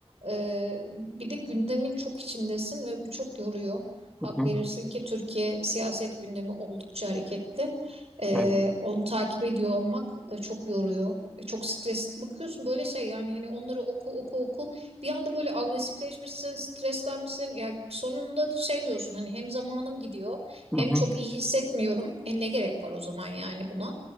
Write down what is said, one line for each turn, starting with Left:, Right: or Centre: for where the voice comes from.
Right: Ee, bir de gündemin çok içindesin ve bu çok yoruyor. Hak
Centre: Hı hı,
Right: verirsin ki Türkiye siyaset gündemi oldukça hareketli. Ee,
Centre: evet.
Right: onu takip ediyor olmak e, çok yoruyor. E, Çok stres. Bakıyorsun böyle şey yani hani onları oku oku oku. Bir anda böyle agresifleşmişsin, streslenmişsin. Ya sonunda şey diyorsun hani hem zamanım gidiyor hem
Centre: Hı hı.
Right: çok iyi hissetmiyorum. E ne gerek var o zaman yani buna?